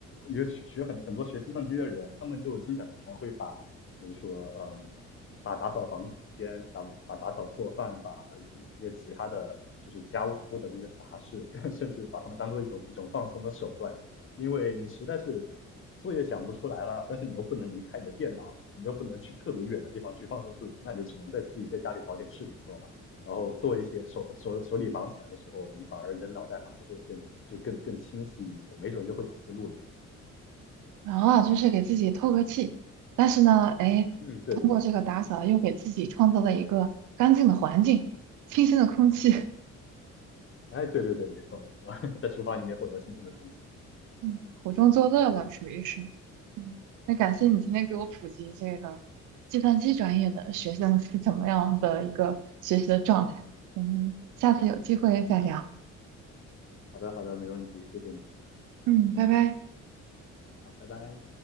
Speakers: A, on the left; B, on the right.
A: 有学学很很多学计算机的人，他们就经常。比如说，嗯，把打扫房间、打把打扫、做饭、把一些其他的就是家务的那些杂事，<laughs> 甚至把它们当做一种一种放松的手段，因为你实在是作业想不出来了，但是你又不能离开你的电脑，你又不能去特别远的地方去放松自己，那你就只能在自己在家里找点事情做嘛，然后做一些手头手手里忙起来的时候，你反而你的脑袋反而会更就更更清晰一些，没准就会有思路了呢。
B: 然后啊，就是给自己透个气。但是呢，哎，
A: 嗯，对对对。
B: 通过这个打扫，又给自己创造了一个干净的环境、清新的空气，<laughs>
A: 哎，对对对，没错没错，<laughs> 在厨房里面获得新鲜的空气。
B: 嗯，苦中作乐了，属于是。嗯，那感谢你今天给我普及这个计算机专业的学生是怎么样的一个学习的状态。
A: 嗯，
B: 嗯，下次有机会再聊。
A: 好的好的，没问题，谢谢你。
B: 嗯，拜拜。
A: 好，拜拜。